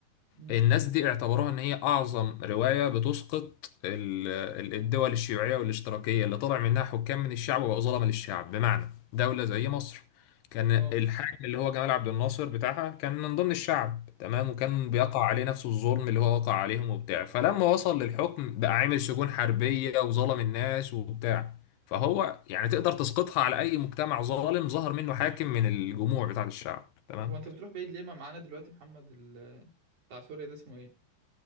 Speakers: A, on the right (about 45°); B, on the left (about 75°).
A: مم.
B: الناس دي اعتبروها ان هي اعظم رواية بتسقط ال- ال- الدول الشيوعية والاشتراكية اللي طلع منها حكام من الشعب وبقوا ظلمة للشعب بمعنى دولة زي مصر كان
A: اه
B: الحاكم اللي هو جمال عبد الناصر بتاعها كان من ضمن الشعب تمام وكان بيقع عليه نفس الظلم اللي هو وقع عليهم وبتاع فلما وصل للحكم بقى عامل سجون حربية وظلم الناس وبتاع فهو يعني تقدر تسقطها على اي مجتمع ظالم ظهر منه حاكم من الجموع بتاع الشعب تمام
A: هو انت بتروح بعيد ليه ما معانا دلوقتي محمد ال... بتاع سوريا ده اسمه ايه